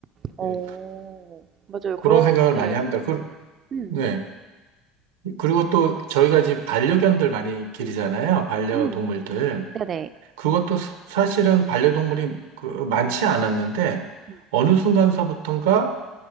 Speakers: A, on the right; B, on the right.
A: 어.
B: 네.
A: 맞아요.
B: 그런
A: 그런
B: 생각을
A: 네.
B: 많이 합니다. 그,
A: 음.
B: 네. 그리고 또 저희가 지금 반려견들 많이 기르잖아요. 반려동물들.
A: 음. 네네.
B: 그것도 사- 사실은 반려동물이 그 많지 않았는데
A: 음.
B: 어느 순간서부턴가